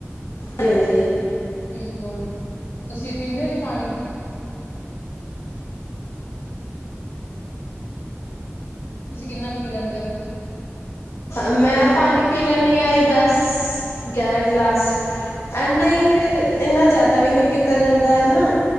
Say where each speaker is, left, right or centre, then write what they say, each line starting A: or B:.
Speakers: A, on the left; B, on the left.
A: ਜ ਹਾਂਜੀ।
B: ਬਿਲਕੁਲ ਤੁਸੀ ਪੀਂਦੇ ਓ ਜੀ ਪਾਨੀ। ਤੁਸੀ ਕਿੰਨਾ ਕ ਪੀ ਲੈਂਦੇ ਓ।
A: ਮੈਂ ਪਾਨੀ ਪੀ ਲੈਨੀ ਆ ਈ ਦਸ, ਗਿਆਰਾਂ ਗਲਾਸ। ਏਨਾ ਈ ਫੇਰ
B: ਅੱਛਾ,
A: ਏਨਾ ਜਾਦਾ ਵੀ ਨੀ ਪੀਤਾ ਜਾਂਦਾ ਏ ਨਾ।